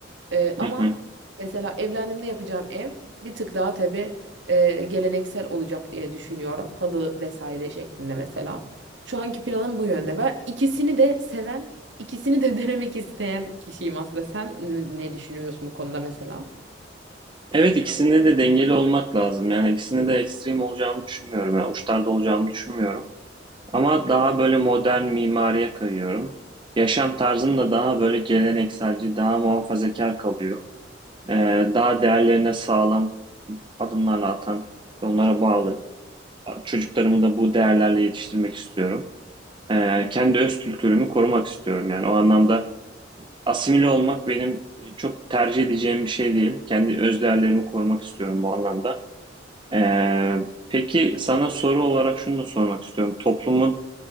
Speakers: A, on the right; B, on the right.
A: E, ama
B: hı hı.
A: mesela evlendiğimde yapacağım ev bir tık daha tabii e, geleneksel olacak diye düşünüyorum. Halı vesaire şeklinde mesela. Şu anki planım bu yönde. Ben ikisini de seven, ikisini de <laughs> denemek isteyen kişiyim aslında. Sen n- ne düşünüyorsun bu konuda mesela?
B: Evet ikisinde de dengeli olmak lazım. Yani ikisinde de ekstrem olacağımı düşünmüyorum. Yani uçlarda olacağımı düşünmüyorum. Ama daha böyle modern mimariye kayıyorum. Yaşam tarzım da daha böyle gelenekselci, daha muhafazakar kalıyor. Ee, daha değerlerine sağlam adımlarla atan onlara bağlı. Çocuklarımı da bu değerlerle yetiştirmek istiyorum. Ee, kendi öz kültürümü korumak istiyorum. Yani o anlamda asimile olmak benim çok tercih edeceğim bir şey değil. Kendi öz değerlerimi korumak istiyorum bu anlamda. Ee, peki sana soru olarak şunu da sormak istiyorum. Toplumun